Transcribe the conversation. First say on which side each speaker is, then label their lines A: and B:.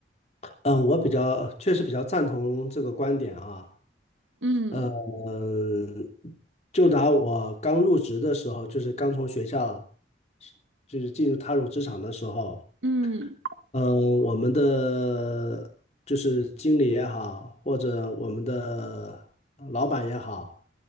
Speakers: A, on the left; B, on the right.
A: 嗯，我比较确实比较赞同这个观点啊，
B: 嗯
A: 嗯，就拿我刚入职的时候，就是刚从学校，就是进入踏入职场的时候，
B: 嗯嗯
A: 嗯，我们的就是经理也好，或者我们的老板也好。